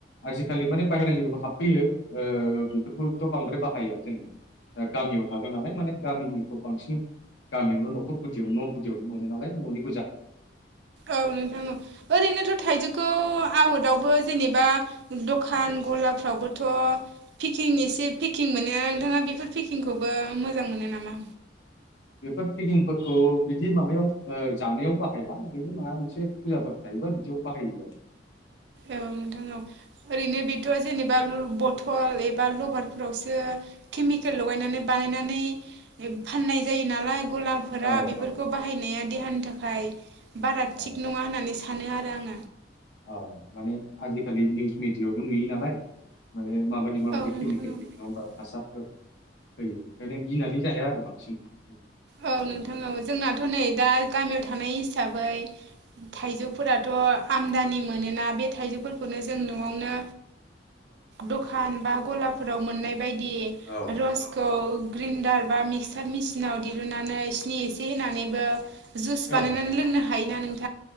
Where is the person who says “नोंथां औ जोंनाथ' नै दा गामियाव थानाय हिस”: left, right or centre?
Right